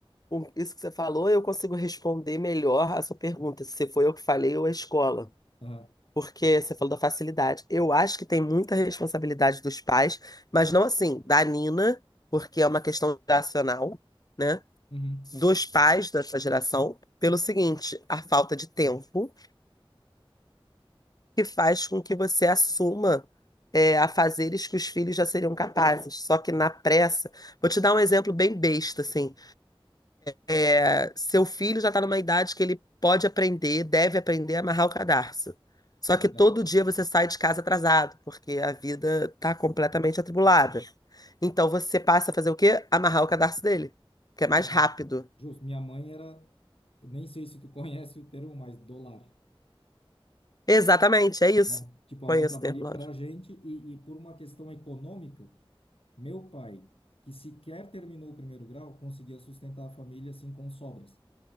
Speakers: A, on the left; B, on the left.
A: com isso que você falou, eu consigo responder melhor a sua pergunta, se foi eu que falei ou a escola.
B: Aham,
A: Porque você falou da facilidade. Eu acho que tem muita responsabilidade dos pais, mas não assim, da Nina, porque é uma questão geracional, né?
B: uhum.
A: Dos pais dessa geração, pelo seguinte, a falta de tempo. que faz com que você assuma
B: É,
A: é, a fazeres que os filhos já seriam capazes. Só que na pressa, vou te dar um exemplo bem besta, assim. É, seu filho já está numa idade que ele pode aprender, deve aprender a amarrar o cadarço. Só
B: certo.
A: que todo dia você sai de casa atrasado, porque a vida tá completamente atribulada.
B: É.
A: Então você passa a fazer o quê? Amarrar o cadarço dele, que é mais
B: Não,
A: rápido.
B: justo. Minha mãe era, eu nem sei se tu <laughs> conhece o termo, mas dólar,
A: Exatamente, é isso.
B: né? Tipo, a
A: Conheço
B: mãe tava
A: o termo,
B: ali
A: lógico.
B: pra gente e, e por uma questão econômica, meu pai, que sequer terminou o primeiro grau, conseguia sustentar a família assim com sobras.